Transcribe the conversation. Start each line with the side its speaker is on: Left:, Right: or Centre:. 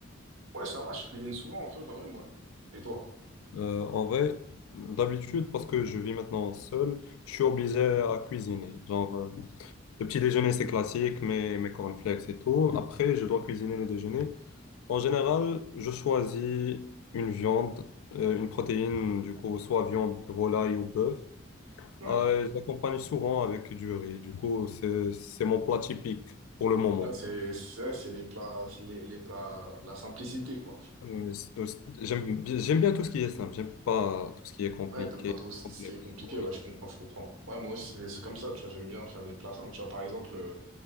Right: ouais, ça va, je cuisine souvent un peu quand même, ouais. Et toi?
Left: Euh, en vrai, d'habitude, parce que je vis maintenant seul, je suis obligé à cuisiner. Genre, euh, le petit déjeuner, c'est classique, mes, mes cornflakes et tout. Après, je dois cuisiner le déjeuner. En général, je choisis une viande, euh, une protéine, du coup, soit viande de volaille ou bœuf.
Right: Ouais.
Left: Euh, je l'accompagne souvent avec du riz. Du coup, c'est, c'est mon plat typique pour le moment.
Right: Ouais, c'est ça, c'est les plats c'est les, les plats la simplicité quoi.
Left: Euh, c'est- c'est- j'aime, bien j'aime bien tout ce qui est simple. J'aime pas tout ce qui est compliqué,
Right: Ouais, t'aimes pas trop ce
Left: complexe.
Right: qui est compliqué,
Left: Oui.
Right: ouais, je comprends, je comprends. Ouais, moi aussi c'est c'est comme ça, tu vois, j'aime bien faire des plats simples, tu vois, par exemple. euh,